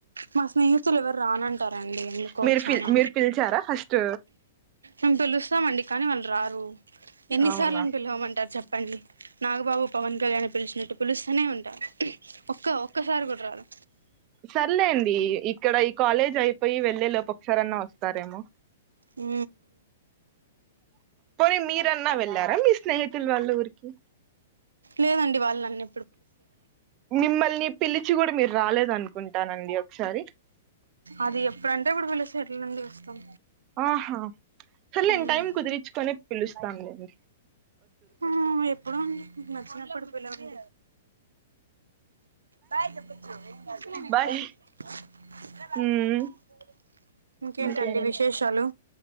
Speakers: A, on the right (about 75°); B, on the right (about 35°).
A: మా స్నేహితులు ఎవరు రానంటారండి ఎందుకో
B: మీరు
A: చనా
B: పిల్ మీరు పిలిచారా ఫస్ట్
A: మేము పిలుస్తామండి కానీ వ రారు ఎన్నిసార్లని
B: అవునా
A: పిలవమంటారు చెప్పండి నాగుబాబు పవన్ కళ్యాణ్ ని పిలిచినట్టు పిలుస్తూనే ఉంటారు ఒక్క ఒక్కసారి కూడా రాదు
B: సర్లే ఇక్కడ ఈ కాలేజ్ అయిపోయి వెళ్ళే లోపు ఒకసారన్న వస్తారేమో
A: ఊ
B: పోనీ మీరన్నా వెళ్ళారా మీ స్నేహితులు వాళ్ళ ఊరికి
A: లేదండి వాళ్ళు నన్నే
B: మిమ్మల్ని పిలిచి కూడ మీరు రాలేద అనుకుంటానండి ఒకసారి
A: అది ఎప్పుడంటే అప్పుడు పిలిస్తే ఎట్ల నుండి వస్తాం
B: ఆహా సర్లే అండి
A: మ్మ్
B: టైం కుదిరించుకొని పిలుస్తాను లెండి
A: ఆ ఎప్పుడో అండి మీకి నచ్చినప్పుడు పిలవండి <inaudible>
B: బాయ్ ఉమ్
A: ఇంకేంటండి
B: ఇంకేం
A: విశేషాలు